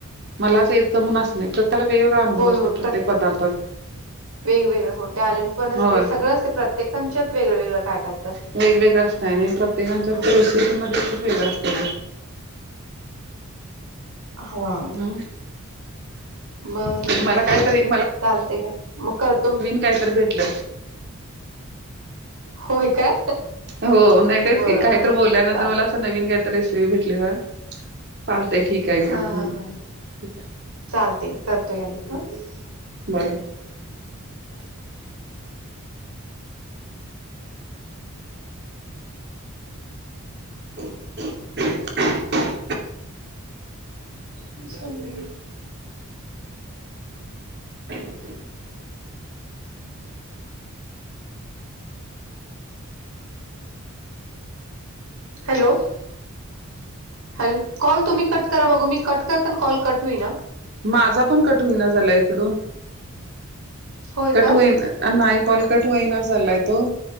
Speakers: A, on the right (about 50°); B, on the right (about 80°).
A: मलाच येतं म्हणून अस नाही तर त्याला वेगवेगळा अनुभव
B: होय
A: असतो
B: होय
A: प्रत्येक
B: प्र
A: पदार्थात
B: वेगवेगळं हो टॅलेंट पण असते
A: होय
B: सगळं असते प्रत्येकांच्यात वेगळंवेगळं काय काय तरं
A: वेगवेगळ असतय आणि प्रत्येकांच्या
B: हम्म
A: तर रेसिपीमध्ये खूप वेगळा असतय ते.
B: हो हा
A: हम्म
B: बर चालतय
A: मला काहीतरी
B: घ्या मग करतो मी.
A: काही तर भेटल.
B: होय काय
A: हो नाही
B: बर
A: तेच की, काही
B: बर
A: तर बोलल्यानंतर
B: चाल
A: मला नवीन काय तर रेसिपी भेटली जरा, चालतय ठीक. आहे का
B: हा
A: हम्म
B: हा हा,
A: ठीक आहे
B: चालतय घ्या करतो घ्या नंतर हा.
A: बर. <unintelligible>
B: <unintelligible>
A: <inaudible> <unintelligible>
B: हॅलो हॅल, कॉल तुम्ही कट करा बघू मी कट करताना कॉल कट होईना.
A: माझा पण कट हुईना झालाय इकडून,
B: होय
A: कट
B: काय
A: हुईना झा नाही कॉल कट व्हईना झालाय तो,